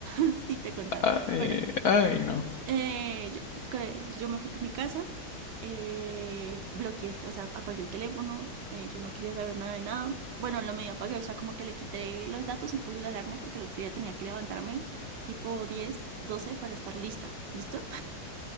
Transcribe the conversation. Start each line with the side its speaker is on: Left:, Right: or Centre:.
Right: <laughs> si te contara.
Left: Ay,
Right: Bueno,
Left: ay, no.
Right: Eh, yo, que- yo me fui por mi casa, eh, bloqueé, el, o sea, apagué el teléfono, eh, yo no quería saber nada de nada. Bueno, en lo medio apagué, o sea, como que le quité los datos y puse la alarma porque el otro día tenía que levantarme tipo 10 12 para estar lista, ¿listo?